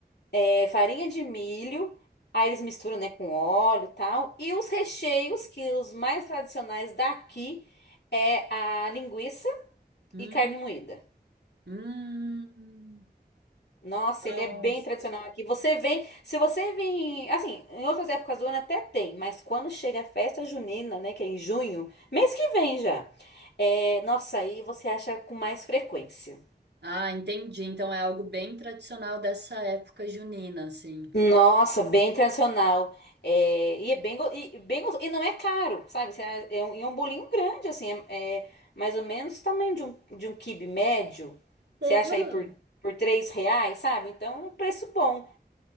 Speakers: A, on the left; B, on the right.
A: É farinha de milho, aí eles misturam, né, com óleo e tal. E os recheios, que os mais tradicionais daqui é a linguiça
B: Hum.
A: e carne moída.
B: Hum.
A: Nossa,
B: Nossa.
A: ele é bem tradicional aqui. Você vem, se você vir, assim, em outras épocas do ano até tem, mas quando chega a festa junina, né, que é em junho, mês que vem já. É, nossa, aí você acha com mais frequência.
B: Ah, entendi. Então é algo bem tradicional dessa época junina, assim.
A: Nossa, bem tradicional. É, e é bem, go- e, e bem gostoso. E não é caro, sabe? Você- É um, e é um bolinho grande, assim. É, é mais ou menos o tamanho de um, de um quibe médio. Você
B: Aham.
A: acha aí por, por 3 reais, sabe? Então, um preço bom.